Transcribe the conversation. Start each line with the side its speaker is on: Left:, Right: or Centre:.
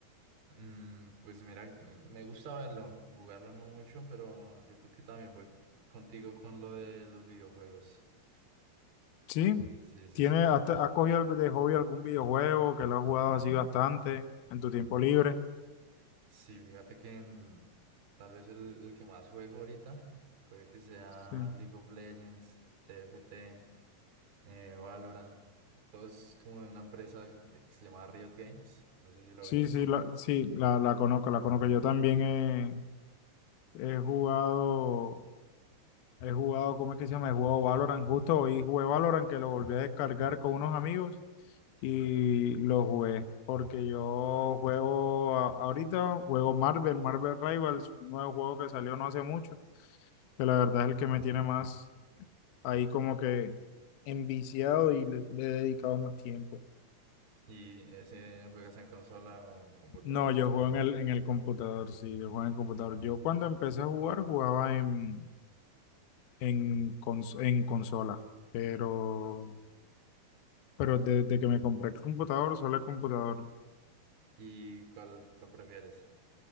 Right: Mm, pues mira, mm, me gusta verlo, jugarlo no mucho, pero yo creo que también voy co- contigo con lo de los videojuegos.
Left: Sí.
Right: Sí, sí,
Left: ¿Tiene,
Right: sí.
Left: has, te- has cogido algo de hobby algún videojuego que lo has jugado así bastante en tu tiempo libre?
Right: Sí, fíjate que en- tal vez el, el que más juego ahorita puede que sea
Left: Sí.
Right: League of Legends, T F T. eh, Valorant. Todo es como de una empresa de- que se llama Riot Games. No sé si la
Left: Sí,
Right: ubicas.
Left: sí, la, sí, la, la conozco, la conozco. Yo también he, he jugado He jugado, ¿cómo es que se llama? He jugado Valorant, justo hoy jugué Valorant, que lo volví a descargar con unos amigos
Right: Sí.
Left: y lo jugué, porque yo juego a- ahorita, juego Marvel, Marvel Rivals, un nuevo juego que salió no hace mucho, que la verdad es el que me tiene más ahí como que enviciado y le, le he dedicado más tiempo.
Right: Y ese juegas en consola o en computador.
Left: No, yo juego en el, en el computador, sí, yo juego en el computador. Yo cuando empecé a jugar jugaba en, en, cons- en consola, pero... Pero desde que me compré el computador, solo el computador.
Right: ¿Y cuál, cuál prefieres?